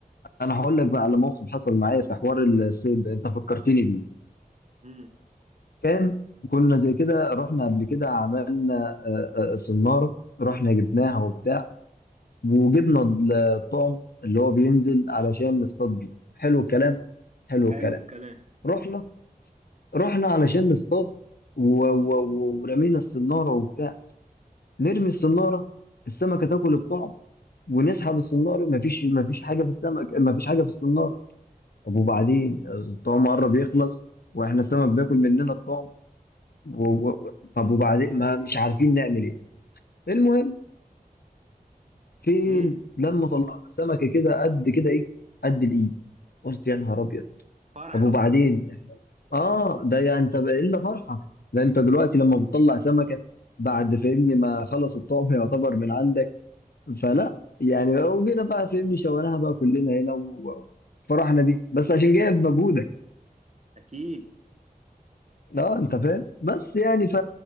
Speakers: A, on the left; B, on the right.
A: انا هقول لك بقى على موقف حصل معايا في حوار الصيد ده، انت فكرتني بيه
B: امم
A: كان كنا زي كده رحنا قبل كده عملنا آه، آه، صنارة رحنا جبناها وبتاع وجبنا الطعم اللي هو بينزل علشان نصطاد بيه حلو الكلام حلو
B: حلو
A: الكلام
B: الكلام
A: رحنا رحنا علشان نصطاد و... و... و... ورمينا الصنارة وبتاع نرمي الصنارة السمكة تاكل الطعم ونسحب الصنارة مفيش مفيش حاجة في السمك مفيش حاجة في الصنارة طب وبعدين الطعم قرب يخلص واحنا السمك بياكل مننا الطعم و... و... و- طب وبعدين ما مش عارفين نعمل ايه المهم فين
B: امم
A: لما طلعنا سمكة كده قد كده ايه قد الايد قلت يا نهار ابيض
B: فرحه
A: طب وبعدين اه ده يعني انت بقى الا فرحه ده انت دلوقتي لما بتطلع سمكه بعد فهمني ما خلص الطعم يعتبر من عندك فلا يعني وجينا بقى فهمني شويناها بقى كلنا هنا و- وفرحنا دي بس عشان جايب مجهودك
B: اكيد
A: اه انت فاهم بس يعني ف